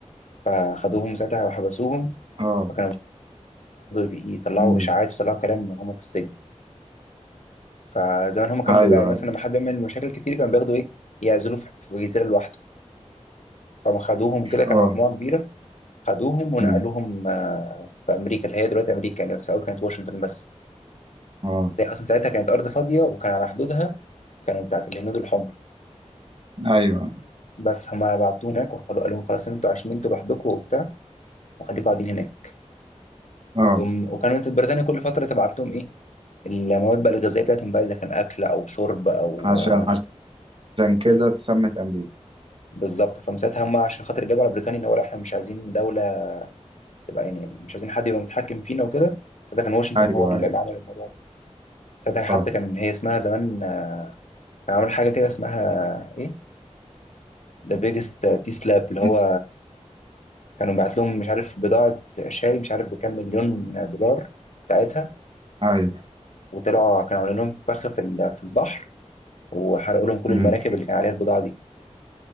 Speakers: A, on the left (about 80°); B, on the right (about 50°).
A: فخدوهم ساعتها وحبسوهم
B: اه
A: فكانوا برضه يطلعوا
B: امم
A: إشاعات ويطلعوا كلام من هما في السجن فزمان هما كان
B: ايوه
A: بيبقى
B: ايوه
A: مثلا لما حد بيعمل مشاكل كتير كانوا بياخدوا إيه يعزلوه في في جزيرة لوحده فما خدوهم كده كان
B: اه
A: مجموعة كبيرة خدوهم ونقلوهم
B: امم
A: آه، في أمريكا اللي هي دلوقتي أمريكا يعني بس في الأول كانت واشنطن بس
B: اه
A: هي اصلا ساعتها كانت ارض فاضيه وكان على حدودها كانوا بتاعت الهنود الحمر
B: ايوه
A: بس هما بعتوه هناك وقالوا قال لهم خلاص إن انتوا عايشين انتوا لوحدكم وبتاع وخليكم قاعدين هناك
B: اه
A: جم وكانت بريطانيا كل فتره تبعت لهم ايه المواد بقى الغذائيه بتاعتهم بقى اذا كان اكل او شرب او
B: عشان
A: آه،
B: عشان كده اتسمت امريكا
A: بالظبط فمساعتها هم عشان خاطر يجيبوا على بريطانيا اللي هو لا احنا مش عايزين دوله تبقى يعني مش عايزين حد يبقى متحكم فينا وكده ساعتها كان واشنطن
B: ايوه
A: هو اللي
B: ايوه
A: عمل الموضوع ده ساعتها حتى
B: اه
A: كان هي اسمها زمان آه، كان عامل حاجه كده اسمها ايه ذا بيجست تي سلاب اللي هو
B: انت
A: كانوا بعت لهم مش عارف بضاعة شاي مش عارف بكام مليون دولار ساعتها
B: ايوه
A: وطلعوا كانوا عاملين لهم فخ في ال- في البحر وحرقوا لهم كل
B: امم
A: المراكب اللي كان عليها البضاعة دي